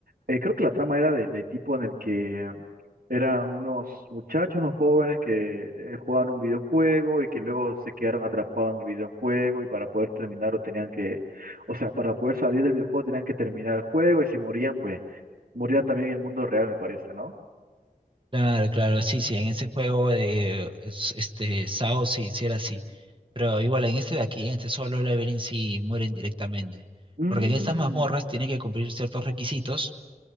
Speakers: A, on the right; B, on the right.
A: Eh, creo que la trama era de, de tipo en el que eh, eran unos muchachos, unos jóvenes que eh, jugaban un videojuego y que luego se quedaron atrapados en el videojuego y para poder terminarlo tenían que, o sea, para poder salir del videojuego tenían que terminar el juego y si morían, pues morían también en el mundo real, me parece, ¿no?
B: Claro, claro, sí, sí, en ese juego de es- este Sao sí, sí era así. Pero igual en este de aquí, en este solo leveling sí mueren directamente.
A: Mm,
B: Porque en estas mazmorras tiene que cumplir ciertos requisitos